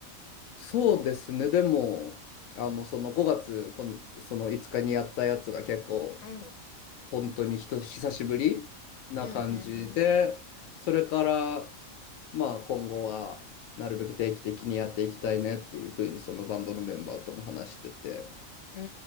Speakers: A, on the left; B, on the left.
A: そうですね。でも、あの、その5月、この、その5日にやったやつが結構
B: うん。
A: 本当にひと久しぶりな感じで、
B: うん、うん、
A: それから、まあ今後はなるべく定期的にやっていきたいねっていうふうにそのバンドのメンバーとも話してて、
B: うん。